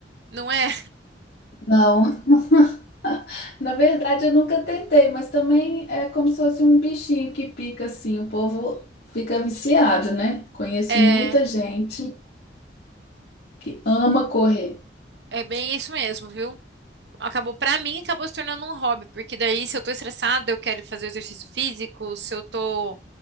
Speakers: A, on the right; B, on the left.
A: não é?
B: Não. <laughs> Na verdade, eu nunca tentei, mas também é como se fosse um bichinho que pica assim, o povo fica viciado, né? Conheço
A: É,
B: muita gente que ama correr,
A: é bem isso mesmo, viu? Acabou, pra mim, acabou se tornando um hobby, porque daí se eu tô estressada, eu quero fazer exercício físico, se eu tô